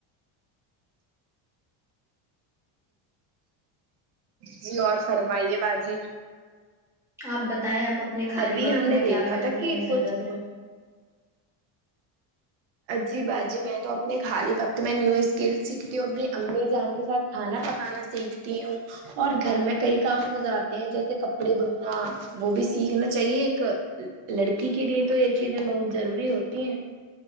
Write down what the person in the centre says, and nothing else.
آپ بتائیں آپ اپنے خالی
وقت
میں
کیا کرتی
ہیں زیادہ
تر